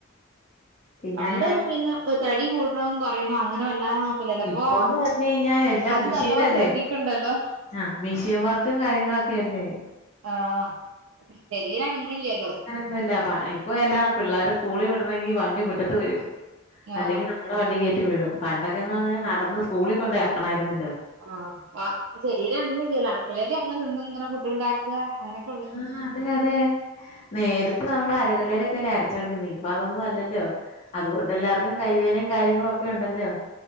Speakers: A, on the left; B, on the right.
A: പിന്നെ
B: പണ്ടൊന്നും പിന്നെ തടി കൂട്ണും കൊറിണും അങ്ങനെ വല്ലാതെന്നും കുലപ്പോ
A: ഇപ്പോന്ന് പറഞ്ഞ് കഴിഞ്ഞാ എല്ലാം
B: അത്
A: മിഷീനല്ലേ
B: നല്ലോം ശ്രദ്ധിക്ക്ണ്ടല്ലോ
A: ആഹ് മിഷ്യം വർക്കും കാര്യങ്ങളൊക്കെയല്ലേ
B: ആഹ് ശരീരനങ്ങ്ണില്ല്യല്ലോ
A: ന്നൊല്ല പ ഇപ്പ വര്ന പിള്ളേരെ സ്കൂളിൽ വിടണെങ്കിൽ വണ്ടി മുറ്റത്ത് വരും അല്ലെങ്കിൽ
B: ആഹ്
A: നമ്മടെ വണ്ടി കേറ്റി വിടും. പണ്ടൊക്കെന്ന്
B: ഉം
A: പറ്ഞ്ഞാൽ നടന്ന് സ്കൂളിൽ കൊണ്ടേക്കണായിരുന്നല്ലോ
B: ആഹ് പ്പ ശരീര അനങ്ങ്ണില്ല്യല്ലോ അടുക്കളേല് ഞങ്ങള് നിന്ന് ഇങ്ങനെ ഫുഡ് ഇണ്ടാക്കാ അങ്ങനെ
A: ആഹ അതെ അതെ നേരത്തെ നമ്മൾ അരകല്ലയിലൊക്കെല്ല അരച്ചുകോണ്ടിരുന്ന ഇപ്പൊ അതൊന്നും അല്ലല്ലോ അതുകൊണ്ട് എല്ലാവർക്കും. കൈവേദനയും കാര്യങ്ങളും ഒക്കെ ഉണ്ടല്ലോ